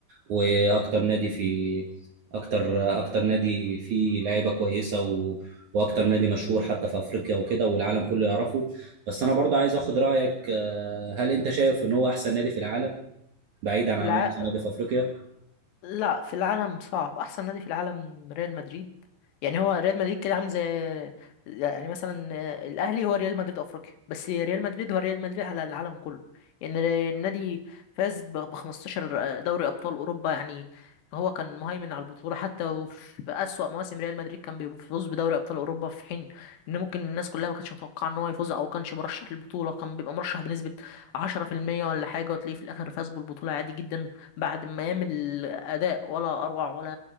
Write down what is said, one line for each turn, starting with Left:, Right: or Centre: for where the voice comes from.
Right: واكتر نادي في اكتر اكتر نادي فيه لعيبه كويسه و... واكتر نادي مشهور حتى في افريقيا وكده والعالم كله يعرفه بس انا برضو عايز اخد رايك آه، هل انت شايف ان هو احسن نادي في العالم بعيدا عن
Left: الع...
Right: إن هو احسن نادي في افريقيا
Left: لا في العالم صعب احسن نادي في العالم ريال مدريد يعني هو ريال مدريد كده عامل زي يعني مثلا الاهلي هو ريال مدريد افريقيا بس ريال مدريد هو ريال مدريد على العالم كله يعني النادي فاز ب 15 دوري ابطال اوروبا يعني هو كان مهيمن على البطوله حتى وفي اسوأ مواسم ريال مدريد كان بيفوز بدوري ابطال اوروبا في حين ان ممكن الناس كلها ما كانتش متوقعه ان هو يفوز او كانش مرشح للبطوله كان بيبقى مرشح بنسبه 10% ولا حاجه وتلاقيه في الاخر فاز بالبطوله عادي جدا بعد ما يعمل اداء ولا اروع ولا